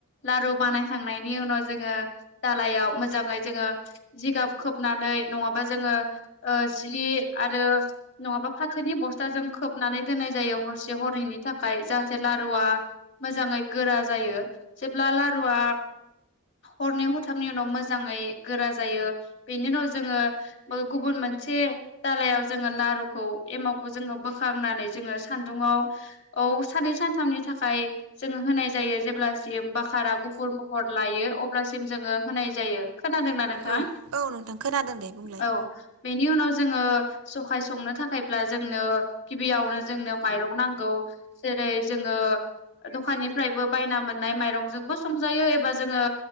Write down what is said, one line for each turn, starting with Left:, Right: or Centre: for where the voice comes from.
Left: लारु बानायखांनायनि उनाव जोङो दालायाव मोजाङै जोङो जिगाब खोबनानै नङाबा जोङो ओ जि आरो फाथोनि बस्थ जों खोबनानै दोन होननाय जायो हरसे हरनैनि थाखाय जाहाथे लारुआ मोजाङै गोरा जायो जेब्ला लारुवा हरनै हरथामनि उनाव मोजाङै गोरा जायो बेनि उनाव जोङो गुबुन मोनसे से दालायाव जोङो लारुखौ एमावखौ जोङो बोखांनानै जोङो सान्दुंआव खौ साननै सानथामनि थाखाय जों होनाय जायो जेब्ला सिम बाखारा गुफुर महर लायो अब्लासिम जोङो होनाय जायो। खोनादोंना नोंथां
Right: औ औ नोंथां खोनादों दे बुंलाय
Left: औ बेनि उनाव जोङो जखाय संनो थाखायब्ला जोंनो गिबियावनो जोंनो माइरं नांगौ जेरै जोङो दखाननिफ्रायबो बायनां मोननाय माइरंजोंबो संजायो एबा जोङो